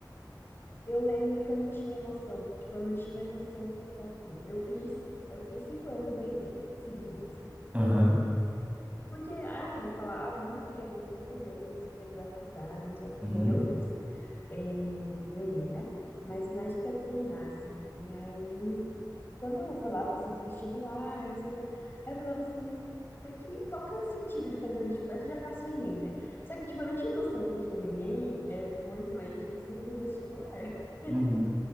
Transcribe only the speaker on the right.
Aham,
uhum,
uhum,